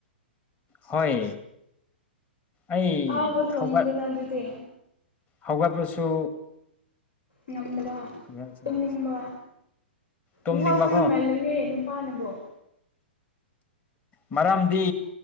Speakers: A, on the left (about 25°); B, on the left (about 75°).
A: ꯍꯣꯏ ꯑꯩ
B: ꯑꯍꯥꯎꯕ ꯊꯣꯡꯉꯨꯗꯅ
A: ꯍꯧꯒꯠ
B: ꯑꯗꯨꯗꯤ
A: ꯍꯧꯒꯠꯄꯁꯨ
B: ꯉꯝꯗꯕ
A: ꯀꯔꯤ ꯍꯥꯏꯁꯤꯔ
B: ꯇꯨꯝꯅꯤꯡꯕ
A: ꯇꯨꯝꯅꯤꯡꯕꯀꯣ
B: ꯏꯍꯥꯎ ꯈꯔ ꯉꯜꯂꯨꯅꯦ ꯅꯨꯄꯥꯅꯕꯣ
A: ꯃꯔꯝꯗꯤ